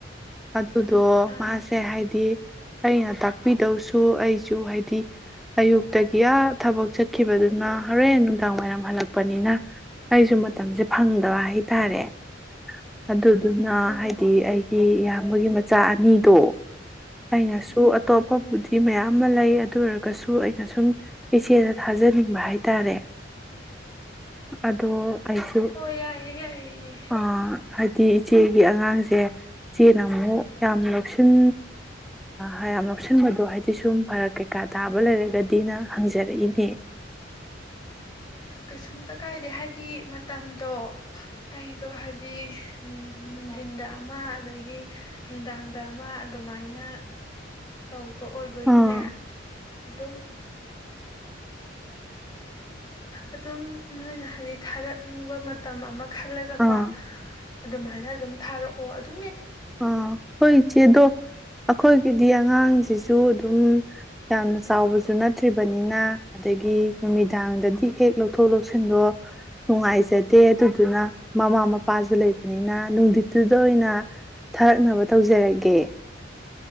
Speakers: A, in the centre; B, on the left.
A: ꯑꯗꯨꯗꯣ
B: ꯑꯥ
A: ꯃꯥꯁꯦ ꯍꯥꯏꯗꯤ ꯑꯩꯅ ꯇꯥꯛꯄꯤꯗꯧꯁꯨ ꯑꯩꯁꯨ ꯍꯥꯏꯗꯤ ꯑꯌꯨꯛꯇꯒꯤ ꯑ ꯊꯕꯛ ꯆꯠꯈꯤꯕꯗꯨꯅ ꯍꯣꯔꯦꯟ ꯅꯨꯡꯗꯥꯡ ꯋꯥꯏꯔꯝ ꯍꯜꯂꯛꯄꯅꯤꯅ ꯑꯩꯁꯨ ꯃꯇꯝꯁꯦ ꯐꯪꯗꯕ ꯍꯥꯏꯇꯥꯔꯦ ꯑꯗꯨ ꯑꯗꯨꯅ
B: ꯑꯥ
A: ꯍꯥꯏꯗꯤ ꯑꯩ ꯃꯤ ꯌꯥꯝ ꯒꯤ ꯃꯆꯥ ꯑꯅꯤꯗꯣ ꯑꯩꯅꯁꯨ ꯑꯇꯣꯞꯄꯕꯨꯗꯤ
B: ꯎꯝ
A: ꯃꯌꯥꯝ ꯑꯃ ꯂꯩ ꯑꯗꯨ ꯑꯣꯏꯔꯒꯁꯨ ꯑꯩꯅ ꯁꯨꯝ ꯏꯆꯦꯗ ꯊꯥꯖꯅꯤꯡꯕ ꯍꯥꯏꯇꯥꯔꯦ ꯑꯗꯣ ꯑꯩꯁꯨ
B: ꯍꯣꯏ ꯌꯥꯏꯌꯦ ꯌꯥꯏꯌꯦ
A: ꯑ ꯍꯥꯏꯗꯤ ꯏꯆꯦꯒꯤ ꯑꯉꯥꯡꯁꯦ ꯆꯦꯅ ꯑꯃꯨꯛ ꯌꯥꯝ ꯂꯧꯁꯤꯟ ꯑ ꯌꯥꯝ ꯂꯧꯁꯤꯟꯕꯗꯣ ꯍꯥꯏꯗꯤ ꯁꯨꯝ ꯐꯔꯛ ꯀꯩꯀꯥ ꯇꯥꯕ ꯂꯩꯔꯒꯗꯤꯅ ꯍꯪꯖꯔꯛꯏꯅꯦ
B: ꯀꯩꯁꯨꯝꯇ ꯀꯥꯏꯗꯦ ꯍꯥꯏꯗꯤ ꯃꯇꯝꯗꯣ ꯑꯩꯗꯣ ꯍꯥꯏꯗꯤ ꯅꯨꯡꯙꯤꯟꯗ ꯑꯃ ꯑꯗꯒꯤ ꯅꯨꯡꯗꯥꯡꯗ ꯑꯃ ꯑꯗꯨꯃꯥꯏꯅ ꯇꯧ ꯄ ꯑꯣꯏꯕꯒꯤꯅꯦ
A: ꯑꯥ
B: ꯑꯗꯨꯝ ꯑꯗꯨꯝ ꯅꯣꯏꯅ ꯍꯥꯏꯗꯤ ꯊꯥꯔꯛꯅꯤꯡꯕ ꯃꯇꯝ ꯑꯃ ꯈꯜꯂꯒꯀꯣ
A: ꯑꯥ
B: ꯑꯗꯨꯃꯥꯏꯅ ꯑꯗꯨꯝ ꯊꯥꯔꯛꯑꯣ ꯑꯗꯨ
A: ꯑ ꯍꯣꯏ ꯆꯦꯗꯣ ꯑꯩꯈꯣꯏꯒꯤꯗꯤ ꯑꯉꯥꯡ ꯑꯉꯥꯡꯁꯤꯁꯨ ꯑꯗꯨꯝ ꯌꯥꯝꯅ ꯆꯥꯎꯕꯁꯨ ꯅꯠꯇ꯭ꯔꯤꯕꯅꯤꯅ ꯑꯗꯒꯤ ꯅꯨꯃꯤꯗꯥꯡꯗꯗꯤ ꯍꯦꯛ ꯂꯧꯊꯣꯛ ꯂꯧꯁꯤꯟꯗꯣ ꯅꯨꯡꯉꯥꯏꯖꯗꯦ ꯑꯗꯨꯗꯨꯅ ꯃꯃꯥ ꯃꯄꯥꯁꯨ ꯂꯩꯕꯅꯤꯅ ꯅꯨꯡꯗꯤꯠꯇꯨꯗ ꯑꯣꯏꯅ ꯊꯥꯔꯛꯅꯕ ꯇꯧꯖꯔꯒꯦ